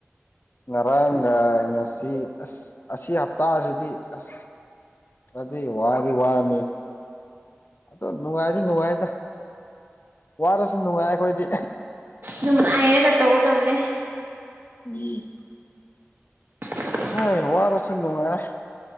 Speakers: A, on the left; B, on the right.
A: ꯉꯔꯥꯡꯒ ꯉꯁꯤ ꯑꯁ ꯑꯁꯤ ꯍꯞꯇꯥꯁꯤꯗꯤ ꯑꯁ꯫ ꯑꯗꯨ ꯋꯥꯗꯤ ꯋꯥꯅꯤ ꯑꯗꯣ ꯅꯨꯡꯉꯥꯏꯗꯤ ꯅꯨꯡꯉꯥꯏꯗ ꯋꯥꯔꯁꯨ ꯅꯨꯡꯉꯥꯏ ꯑꯩꯈꯣꯏꯗꯤ
B: ꯅꯨꯡꯉꯥꯏꯔꯒ ꯇꯧꯒꯗꯧꯕꯅꯤ
A: ꯎꯝ
B: <unintelligible>
A: ꯑꯦ ꯋꯥꯔꯁꯨ ꯅꯨꯪꯉꯥꯏ